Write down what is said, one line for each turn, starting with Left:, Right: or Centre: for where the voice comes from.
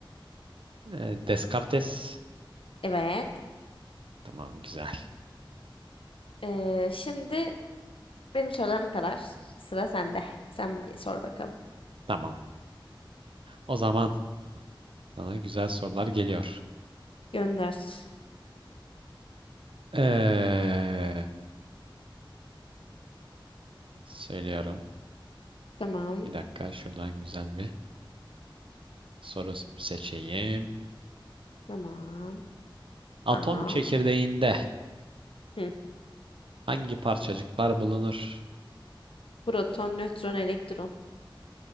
Right: e, Descartes.
Left: Evet.
Right: Tamam güzel.
Left: Ee, şimdi benim sorularım kadar. Sıra sende. Sen bir sor bakalım.
Right: Tamam. O zaman sana güzel sorular geliyor.
Left: Gönder.
Right: Ee, söylüyorum.
Left: Tamam.
Right: Bir dakika şuradan güzel bir soru seçeyim.
Left: Tamam.
Right: Atom
Left: Tamam.
Right: çekirdeğinde
Left: Hı.
Right: hangi parçacıklar bulunur?
Left: Proton, nötron, elektron.